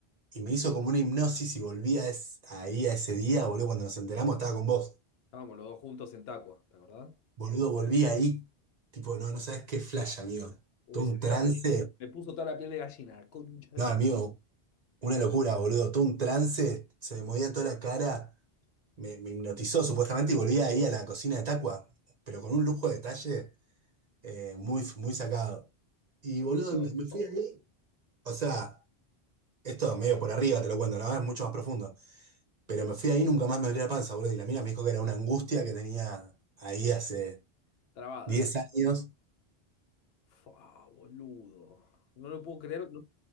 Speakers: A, on the right; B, on the left.
A: Y me hizo como una hipnosis y volví a es- ahí a ese día, boludo, cuando nos enteramos estaba con vos.
B: Estábamos los dos juntos en Tacua, ¿te acordás?
A: Boludo, volví ahí. Tipo, no, no sabes qué flash, amigo.
B: Uy,
A: Todo
B: se
A: un
B: me
A: trance.
B: está poniendo, me puso toda la piel de gallina, concha.
A: No, amigo, Una locura, boludo. Todo un trance, se me movía toda la cara, me, me hipnotizó supuestamente y volví ahí a la cocina de Tacua, pero con un lujo de detalle eh, muy, muy sacado. Y
B: Yo
A: boludo,
B: me acuerdo
A: me,
B: de
A: me fui
B: todo.
A: ahí. O sea, esto medio por arriba te lo cuento, ¿no? Es mucho más profundo. Pero me fui ahí, y nunca más me dolió la panza, boludo. Y la mina me dijo que era una angustia que tenía ahí hace
B: Trabada.
A: 10 años.
B: Fua, boludo. No lo puedo creer. no-